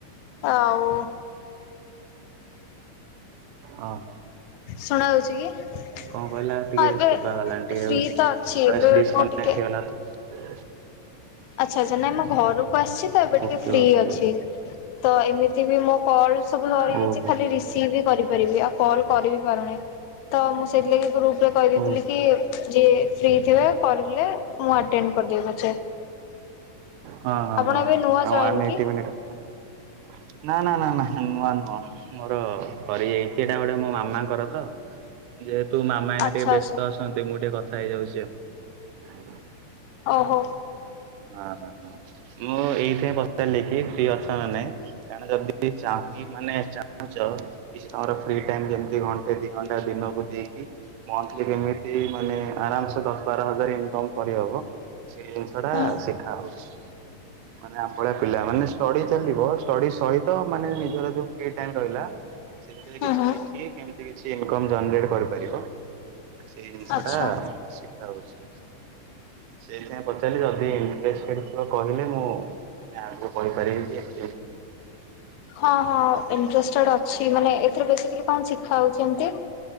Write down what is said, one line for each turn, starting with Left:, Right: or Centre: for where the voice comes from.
Left: ଆଉ।
Right: ହଁ ହଁ।
Left: ଶୁଣା ହଉଛି କି?
Right: କଣ କହିଲ ଟିକେ
Left: ହଁ ଏବେ
Right: ଶୁଭା ଗଲାନି ଟିକେ
Left: ଫ୍ରି ତ ଅଛି
Right: ଭଏସ
Left: ଏବେ
Right: ଡିସକନେକ୍ଟ
Left: ମୁଁ ଟିକେ
Right: ହେଇଗଲା ତ।
Left: ଆଚ୍ଛା ଆଚ୍ଛା ନାଇଁ ମୁଁ ଘରକୁ ଆସିଛି। ତ ଏବେ ଟିକେ
Right: ଓକେ
Left: ଫ୍ରି
Right: ଓକେ
Left: ଅଛି ତ ଏମିତି ବି ମୋ କଲ୍ ସବୁ ଧରି
Right: ଓହୋ
Left: ଦେଇଛି ଖାଲି ରିସିଭ ହି କରି ପାରିବି ଆଉ କଲ କରିବି ପାରୁନି। ତ ମୁଁ ସେଇଥିଲାଗି ଗ୍ରୁପରେ କହିଦେଇଥିଲି
Right: ଓହୋ
Left: କି ଯିଏ ଫ୍ରି ଥିବେ କରିଲେ ମୁଁ ଆଟେ କରିଦେବି ପଛେ।
Right: ହଁ ହଁ
Left: ଆପଣ
Right: ହଁ
Left: ଏବେ ନୂଆ
Right: ଆଉ
Left: ଜଏନ୍
Right: ୱାନ
Left: କି?
Right: ଏଇଟି ମିନିଟ ହବ ନା। ନା ନା ନା ନା ନୂଆ ନୁହଁ ମୋର ସରିଯାଇଛି ଏଇଟା ଗୋଟେ ମୋ ମାମାଙ୍କର ତ, ଯେହେତ ତୁ ମାମା ଏଇନା
Left: ଆଚ୍ଛା
Right: ଟିକେ ବ୍ୟସ୍ତ
Left: ଆଚ୍ଛା
Right: ଅଛନ୍ତି ମୁଁ ଟିକେ କଥା ହେଇଯାଉଛି ଆଉ।
Left: ଓହୋ।
Right: ହଁ ହଁ ହଁ ମୁଁ ଏଇଥିପାଇଁ ପଚାରିଲି କି ଫ୍ରି ଅଛ ନା ନାଇଁ, କାରଣ ଯଦି ଚାହିଁ ମାନେ ଚାହୁଁଚ ଚ, କିଛି ଆମର ଫ୍ରି ଟାଇମ୍ ଯେମତି ଘଣ୍ଟେ ଦିଘଣ୍ଟା ଦିନକୁ ଦେଇକି, ମନ୍ଥଲି କେମିତି ମା ମାନେ ଆରାମସେ ଦଶ ବାର ହଜାର ଇନକମ କରିହବ, ସେ ଜିନିଷ ଟା
Left: ହୁଁ
Right: ଶିଖା ହଉଛି। ହୁଁ ମାନେ ଆମଭଳିଆ ପିଲା ମାନେ ଷ୍ଟଡି ଚାଲିବ, ଷ୍ଟଡି ସହିତ ମାନେ ନିଜର ଯୋଉ ଫ୍ରି ଟାଇମ୍ ରହିଲା ସେଥିରେ
Left: ହୁଁ
Right: କିଛି
Left: ହୁଁ
Right: ଶିଖି କେମିତି କିଛି ଇନକମ୍ ଜନେରେଟ କରିପାରିବ ସେଇ ଜିନିଷଟା
Left: ଆଚ୍ଛା।
Right: ଶିଖା ହଉଛି। ସେଇଥିପାଇଁ ପଚାରିଲି ଯଦି ଇଣ୍ଟ୍ରେଷ୍ଟେଡ ଥିବ କହିଲେ ମୁଁ ମାନେ ଆଗକୁ କହିପାରିବି ଯେ ମତେ
Left: ହଁ ହଁ ଇଣ୍ଟ୍ରେଷ୍ଟେଡ ଅଛି ମାନେ ଏଥିରେ ବେଶିକାଲି କଣ ଅଛି ଖାଉଛି ଏମତି